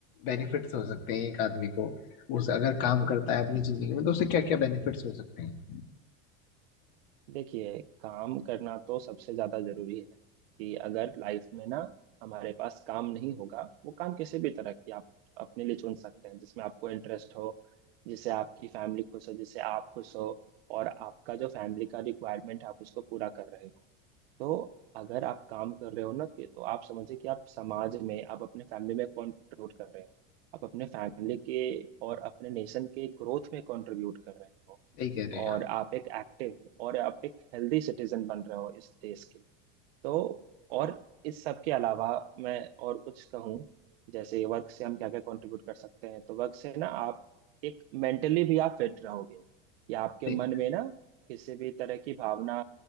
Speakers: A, on the left; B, on the right.
A: बेनिफिट्स हो सकते हैं एक आदमी को उस अगर काम करता है अपनी जिंदगी में तो उसे क्या क्या बेनिफिट्स हो सकते हैं
B: देखिए काम करना तो सबसे ज्यादा जरूरी है कि अगर लाइफ में ना हमारे पास काम नहीं होगा वो काम किसी भी तरह की आप अपने लिए चुन सकते हैं जिसमें आपको इंटरेस्ट हो जिससे आपकी फैमिली खुश हो जिससे आप खुश हो और आपका जो फैमिली का रिक्वायरमेंट है आप उसको पूरा कर रहे हो तो अगर आप काम कर रहे हो ना कि तो आप समझिए कि आप समाज में आप अपने फैमिली में कंट्रीब्यूट कर रहे हो आप अपने फैमिली के और अपने नेशन के ग्रोथ में कंट्रीब्यूट कर रहे हो
A: सही कह रहे हैं
B: और
A: आप
B: आप एक एक्टिव और आप एक हेल्दी सिटीजन बन रहे हो इस देश के तो और इस सब के अलावा मैं और कुछ कहूँ जैसे वर्क से हम क्या क्या कंट्रीब्यूट कर सकते हैं तो वर्क से ना आप एक मेंटली भी आप फिट रहोगे या आपके
A: सही
B: मन में ना किसी भी तरह की भावना